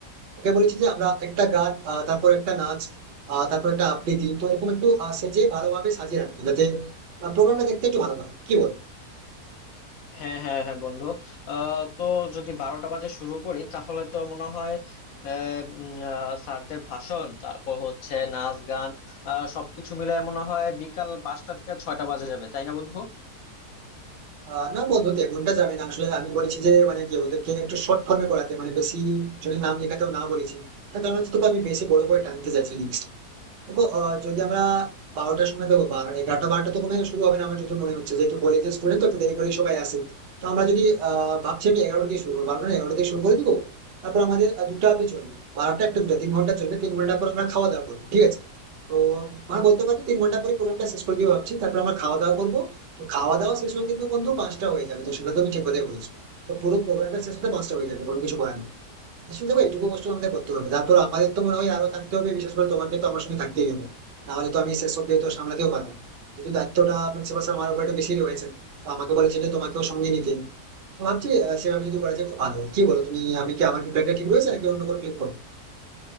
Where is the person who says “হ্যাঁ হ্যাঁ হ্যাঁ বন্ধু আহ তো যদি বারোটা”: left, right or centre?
Left